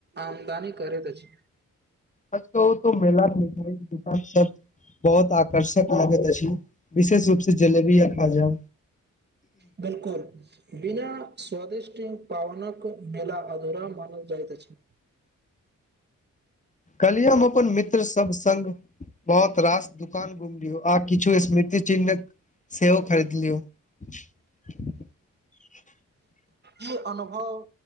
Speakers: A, on the right; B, on the left.
A: आमदनी करैत अछि
B: सच कहु त मेला म दूकान सब बहुत आकर्षक लागैत अछि विशेष रूप से जलेबी आ खाजा
A: बिल्कुल बिना स्वदिष्टी पावनकक मेल अधूरा मानल जाइत अछि
B: कल्हि हम अपन मित्र सब सङ्ग बहुत रास दुकान घुमलियौ आ किछु स्मृति चिन्ह सेहो खरीदलियौ <unintelligible> <unintelligible>
A: ई अनुभव